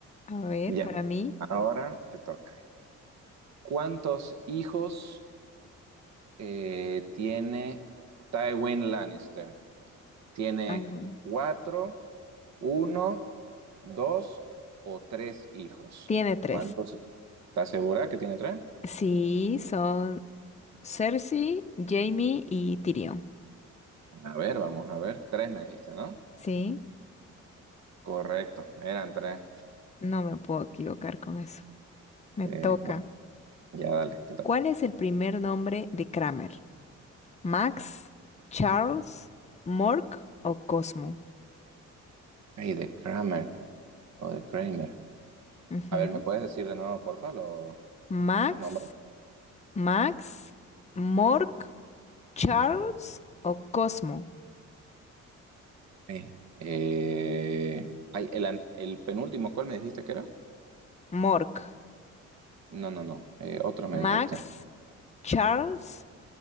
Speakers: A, on the left; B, on the right.
A: A ver,
B: Ya,
A: para mí
B: ahora te toca. ¿Cuántos hijos eh, tiene Tywin Lannister? Tiene
A: Ay, güey.
B: cuatro, uno dos o tres hijos.
A: tiene tres.
B: ¿Cuántos? ¿Estás segura que tiene tres?
A: Sí, son Cersei, Jamie y Tyrion.
B: A ver, vamos a ver. Tres me dijiste, ¿no?
A: Sí,
B: Correcto, eran tres.
A: no me puedo equivocar con eso. Me
B: Eh,
A: toca.
B: bueno, ya dale, te toca.
A: ¿Cuál es el primer nombre de Kramer? ¿Max, Charles, Mork o Cosmo?
B: Ay, de Kramer o de Kramer.
A: Ujú.
B: A ver, ¿me puedes decir de nuevo, porfa, los,
A: Max.
B: los nombres?
A: Max, Mork, Charles o Cosmo.
B: Sí. Eh, ay, el, an- el penúltimo, ¿cuál me dijiste que era?
A: Mork.
B: No, no, no. Eh, otro me
A: Max,
B: dijiste.
A: Charles,